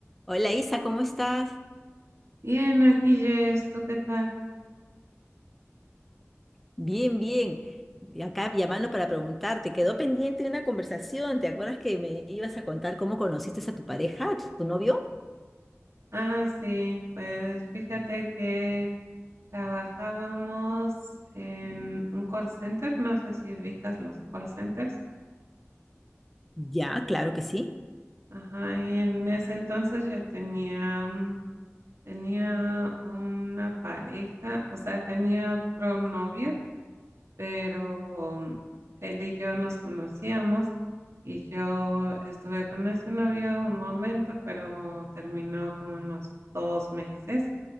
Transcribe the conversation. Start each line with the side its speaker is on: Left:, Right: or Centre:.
Centre: Hola Isa, ¿cómo estás?
Right: Bien, aquí Jess, ¿tú qué tal?
Centre: Bien, bien. Y Acá llamando para preguntarte, quedó pendiente una conversación, ¿te acuerdas que me ibas a contar cómo conociste a tu pareja, a tu novio?
Right: Ah, sí, pues fíjate que trabajábamos en un call center, no sé si ubicas los call centers.
Centre: Ya, claro que sí.
Right: Ajá, y en ese entonces yo tenía, mm, tenía una pareja, o sea, tenía otro novio, pero mm, él y yo nos conocíamos y yo estuve con ese novio un momento, pero terminó como unos dos meses.